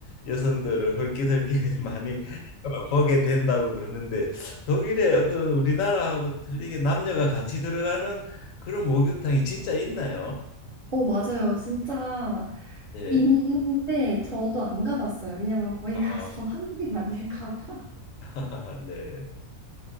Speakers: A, on the left; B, on the right.
A: 여성들을 헐기덜기 <laughs> 많이 보게 된다고 그러는데 독일에 어떤 우리나라하고 틀리게 남녀가 같이 들어가는 그런 목욕탕이 진짜 있나요?
B: 어, 맞아요. 진짜
A: 예.
B: 있는데 저도 안 가봤어요. 왜냐면 거기
A: 아,
B: 가서 <laughs> 한국에 만날까 봐.
A: <laughs> 아, 네.